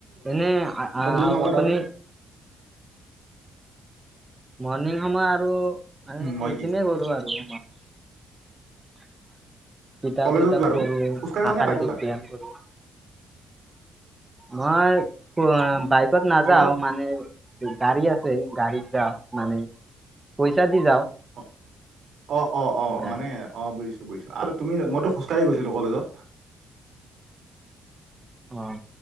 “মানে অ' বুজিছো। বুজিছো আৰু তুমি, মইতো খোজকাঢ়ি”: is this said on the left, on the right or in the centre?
Right